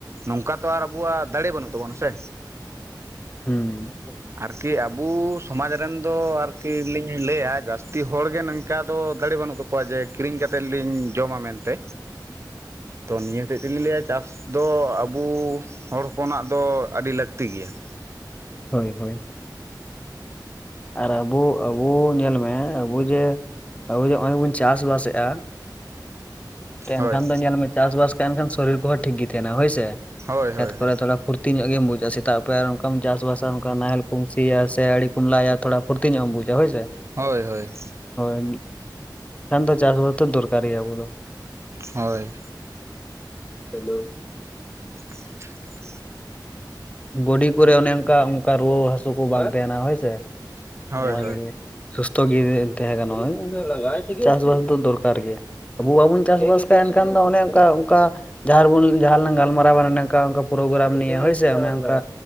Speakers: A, on the right; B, on the left.
A: ᱱᱚᱝᱠᱟ ᱛᱚ ᱟᱨ ᱟᱵᱩᱣᱟᱜ ᱫᱟᱲᱮ ᱵᱟᱹᱱᱩᱜ ᱛᱟᱵᱚᱱᱟ ᱥᱮ?
B: ᱦᱩᱸ
A: ᱟᱨᱠᱤ ᱟᱵᱚ ᱥᱚᱢᱟᱡᱽ ᱨᱮᱱ ᱫᱚ ᱟᱨᱠᱤ ᱞᱤᱧ ᱞᱟᱹᱭᱟ ᱡᱟᱹᱥᱛᱤ ᱦᱚᱲᱜᱮ ᱱᱮᱝᱠᱟ ᱫᱚ ᱫᱟᱲᱮ ᱵᱟᱹᱱᱩᱜ ᱛᱟᱠᱚᱣᱟ ᱡᱮ ᱠᱤᱨᱤᱧ ᱠᱟᱛᱮ ᱞᱤᱧ ᱡᱚᱢᱟ ᱢᱮᱱᱛᱮ ᱛᱚ <inaudible> ᱪᱮᱫ ᱞᱤᱧ ᱞᱟᱹᱭᱟ ᱪᱟᱥ ᱫᱚ ᱟᱵᱩ ᱦᱚᱲ ᱦᱚᱯᱚᱱᱟᱜ ᱫᱚ ᱟᱹᱰᱤ ᱞᱟᱹᱠᱛᱤ ᱜᱮᱭᱟ ᱾
B: ᱦᱳᱭ ᱦᱳᱭ ᱟᱨ ᱟᱵᱚ ᱟᱵᱚ ᱧᱮᱞ ᱢᱮ ᱟᱵᱚ ᱡᱮ ᱟᱵᱚ ᱡᱮ ᱦᱚᱸᱜ-ᱚᱭ ᱵᱚᱱ ᱪᱟᱥᱵᱟᱥ ᱮᱜᱼᱟ ᱼᱼ ᱮᱱᱠᱷᱟᱱ
A: ᱦᱳᱭ
B: ᱫᱚ ᱧᱮᱞᱢᱮ ᱪᱟᱥᱵᱟᱥ <unintelligible> ᱮᱱᱠᱷᱟᱱ ᱥᱚᱨᱤᱨ ᱠᱚᱦᱚᱸ ᱴᱷᱤᱠ ᱜᱮ ᱛᱟᱦᱮᱱᱟ ᱦᱳᱭᱥᱮ
A: ᱦᱳᱭ ᱦᱳᱭ
B: ᱠᱷᱮᱛ ᱠᱚᱨᱮ
A: ᱦᱳᱭ
B: ᱛᱷᱚᱲᱟ ᱯᱷᱩᱨᱛ ᱛᱤᱧᱚᱜ ᱜᱮᱢ ᱵᱩᱡᱟ ᱥᱮᱛᱟᱜ ᱯᱟᱭᱟᱨ ᱚᱱᱠᱟᱢ ᱪᱟᱥᱵᱟᱥᱟ ᱚᱱᱠᱟ ᱱᱟᱦᱮᱞ ᱠᱚᱢ ᱥᱤᱭᱟ ᱥᱮ ᱟᱲᱤ ᱠᱚᱢ ᱞᱟᱭᱟ ᱛᱷᱚᱲᱟ ᱼᱼ ᱯᱷᱩᱨᱛᱤ ᱧᱚᱜ ᱮᱢ ᱵᱩᱡᱟ ᱦᱳᱭ ᱥᱮ?
A: ᱦᱳᱭ ᱦᱳᱭ
B: <unintelligible> ᱮᱱᱠᱷᱟᱱ ᱫᱚ ᱪᱟᱥ ᱦᱚᱛᱚ ᱫᱚᱨᱠᱟᱨ ᱜᱮᱭᱟ ᱟᱵᱚ ᱫᱚ
A: ᱦᱳᱭ
B: ᱪᱳᱞᱳ
A: <inaudible>
B: ᱵᱚᱰᱤ ᱠᱚᱨᱮ ᱚᱱᱮ ᱚᱱᱠᱟ ᱚᱱᱠᱟ ᱨᱩᱣᱟᱹ ᱦᱟᱹᱥᱩ ᱠᱚ ᱵᱟᱝ ᱛᱟᱦᱮᱱᱟ ᱦᱳᱭᱥᱮ?
A: ᱦᱳᱭ
B: ᱥᱚᱢᱟᱡᱽ
A: ᱦᱳᱭ
B: ᱜᱮ ᱥᱩᱥᱛᱷᱚ ᱜᱮ ᱛᱟᱦᱮᱸ ᱜᱟᱱᱚᱜᱼᱟ ᱪᱟᱥᱵᱟᱥ ᱫᱚ ᱫᱚᱨᱠᱟᱨ ᱜᱮ ᱟᱵᱚ ᱵᱟᱵᱚᱱ ᱪᱟᱥᱵᱟᱥ <inaudible> ᱮᱱᱠᱷᱟᱱ ᱫᱚ ᱚᱱᱮ ᱚᱱᱠᱟ ᱚᱱᱠᱟ ᱡᱟᱦᱟᱸ ᱨᱮᱵᱚᱱ ᱡᱟᱦᱟᱸ ᱨᱮᱞᱟᱝ ᱜᱟᱞᱢᱟᱨᱟᱣᱟ ᱚᱱᱮ ᱚᱱᱠᱟ ᱚᱱᱠᱟ ᱯᱨᱳᱜᱨᱟᱢ ᱱᱤᱭ ᱦᱳᱭ ᱥᱮ ᱚᱱᱮ ᱚᱱᱠᱟ